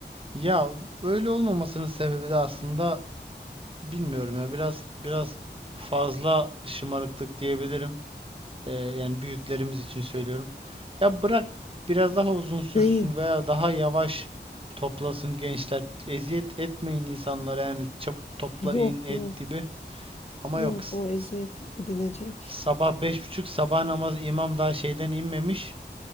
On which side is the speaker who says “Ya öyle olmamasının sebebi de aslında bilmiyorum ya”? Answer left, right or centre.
Right